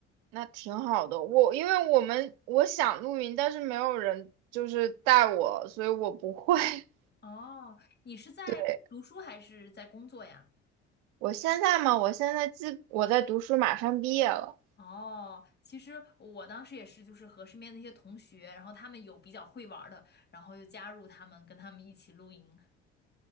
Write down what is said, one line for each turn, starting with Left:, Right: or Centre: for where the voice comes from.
Right: 那挺好的。我因为我们我想露营，但是没有人就是带我，所以我不会。<laughs>
Left: 哦，你是在读书还是在工作呀？
Right: 对我现在嘛，我现在基我在读书，马上毕业了。
Left: 哦，其实我当时也是，就是和身边那些同学，然后他们有比较会玩儿的，然后就加入他们，跟他们一起露营。